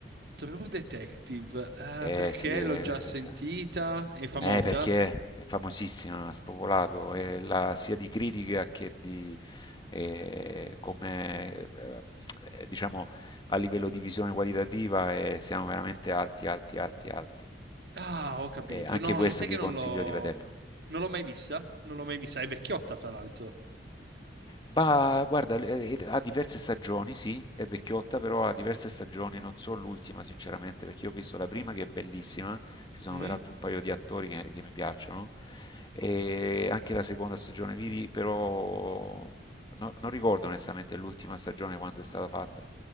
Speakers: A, on the right; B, on the left.
A: True Detective, eh,
B: Eh
A: perché
B: sì,
A: l'ho
B: eh,
A: già sentita?
B: esa-
A: È famosa?
B: eh, perché è famosissima, ha spopolato eh, la- sia di critica che di eh, come eh, eh, diciamo a livello di visione qualitativa eh, siamo veramente alti, alti, alti, alti.
A: Ah, ho capito.
B: E anche
A: No,
B: questo
A: lo- sai
B: ti
A: che non
B: consiglio
A: l'ho
B: di vederlo.
A: non l'ho mai vista? Non l'ho mai vista, è vecchiotta, fra l'altro.
B: Bah, guarda, l- eh, ha diverse stagioni, sì, è vecchiotta, però ha diverse stagioni, non so l'ultima sinceramente, perché io ho visto la prima che è bellissima, ci sono
A: Mm?
B: peraltro un paio di attori che, che mi piacciono, e anche la seconda stagione vidi, però no- non ricordo onestamente l'ultima stagione quando è stata fatta.